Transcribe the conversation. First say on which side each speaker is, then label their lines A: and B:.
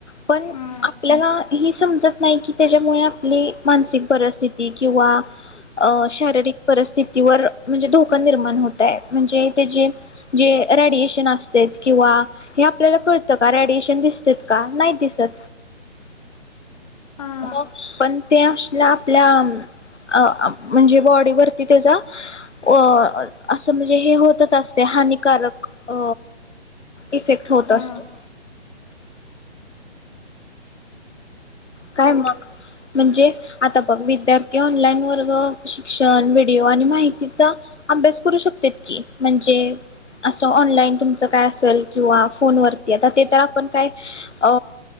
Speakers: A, on the left (about 80°); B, on the left (about 30°).
A: पण
B: हा
A: आपल्याला. हि समजत नाही की त्याच्यामुळे आपली मानसिक परिस्थिती किंवा अ शारीरिक. परिस्थितीवर म्हणजे धोका निर्माण होतय म्हणजे त्या ज जे रेडिएशन असते किंवा हे आपल्याला कळतं का रेडिएशन दिसत का नाही दिसत.
B: हा
A: मग पन. ते आसल आपल्या अमं अ म्हणजे बॉडीवर. ते त्याचा अ असं म्हणजे हे होतच असते हानिकारक अ इफेक्ट होत
B: हा
A: असतो. काय
B: हो
A: मग म्हणजे आता बघ विद्यार्थ्यां ऑनलाइन वर्ग शिक्षण व्हिडिओ आणि माहितीचा अभ्यास करू शकतात की म्हणजे असं ऑनलाईन तुमचं काय असेल किंवा फोनवरती आता ते त्याला पण काय अ